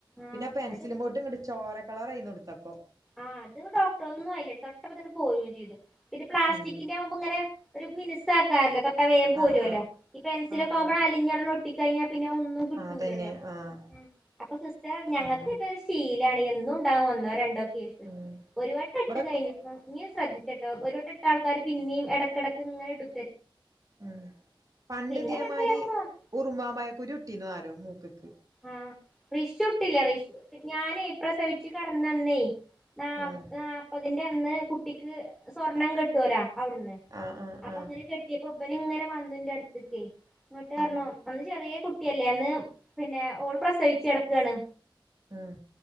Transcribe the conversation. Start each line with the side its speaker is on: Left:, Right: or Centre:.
Centre: ആഹ്
Right: പിന്നെ ആ പെൻസിലും
Centre: അത്
Right: പോട്ട് ഇങ്ങട്ട് ചോര കളറായ്ന്നു ഇട്ത്തപ്പോ
Centre: ആഹ് അത് ഡോക്ടർ ഒന്നുംയില്ല തൊട്ടപ്പ തന്നെ പോവുകയും ചെയ്തു പിന്നെ പ്ലാസ്റ്റിക്കിന്റെ
Right: ഉം
Centre: ആവുമ്പോ ഇങ്ങനെ ഒരു മിനുസാക്കാറല്ലോ തൊട്ട വേമ്പോരുമല്ലോ
Right: ആഹ് ആഹ്
Centre: ഈ പെൻസിലക്കെ
Right: ആഹ്
Centre: ആവുമ്പോ അലഞ്ഞിണ് ഒട്ടിക്കഴിഞ്ഞൽ പിന്നെ ഒന്നും കിട്ടൂല്ലല്ലോ
Right: ആഹ് അതന്നെ ആഹ്
Centre: ഉം അപ്പോ സിസ്റ്ററർഞ്ഞു ഞങ്ങക്കിത്
Right: അങ്ങനെ
Centre: ശീലാണ് എന്നും ഉണ്ടാവും ഒന്നോ രണ്ടോ കേസ്
Right: ഉം
Centre: ഒരുവട്ടട്ട്
Right: ഇബടെ
Centre: കഴിഞ്ഞാ ഇനിയും ശ്രദ്ധിച്ചട്ടോ ഒരുവട്ട ഇട്ട ആൾക്കാര് പിന്നെയും ഇടക്കിടക്ക് ങ്ങനെ ഇടു
Right: ഉം പണ്ട്തേ
Centre: പിന്നെ അങ്ങനത്തെ
Right: മാരി
Centre: കേസൊന്നും വന്നു
Right: ഉറുമാമ്പയ കുരു ഇട്ടിനി ആരോ മൂക്ക് ക്ക്
Centre: ആഹ റിഷു ഇട്ടില്ല റിഷു ഞാനേ പ്രസവിച്ചു കടന്നന്നേ നാ
Right: ആഹ്
Centre: നാല്പ്പതിന്റെ അന്ന് കുട്ടിക്ക് സ്വർണം കെട്ടുവലോ അവിടുന്ന്
Right: ആഹ്
Centre: അപ്പൊ
Right: ആഹ്
Centre: അങ്ങനെ കെട്ടിയപ്പോ ഉബന ഇങ്ങനെ വന്നിന്റെ അടുത്ത്ക്കയ്നി ന്നട്ട് പറഞ്ഞു
Right: ആഹ്
Centre: അന്ന് ചെറിയ കുട്ടി കുട്ടിയല്ലേന്ന് പിന്നെ ഓള് പ്രസവിച്ചു കിടക്കാണ്
Right: ആഹ്